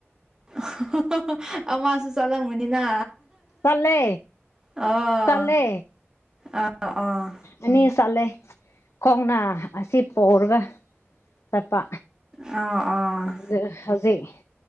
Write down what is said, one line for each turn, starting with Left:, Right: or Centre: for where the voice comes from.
Right: <unintelligible> ꯑꯃꯁꯨ ꯆꯠꯂꯝꯒꯅꯤꯅ
Left: ꯆꯠꯂꯦ
Right: <unintelligible> ꯑꯣ
Left: ꯆꯠꯂꯦ
Right: ꯑ ꯑꯣ
Left: ꯑꯅꯤ ꯆꯠꯂꯦ ꯈꯣꯡꯅ ꯑꯁꯤ ꯄꯣꯔꯒ ꯇꯠꯄ
Right: ꯑꯣ ꯑꯣ
Left: ꯑꯗꯨ ꯍꯧꯖꯤꯛ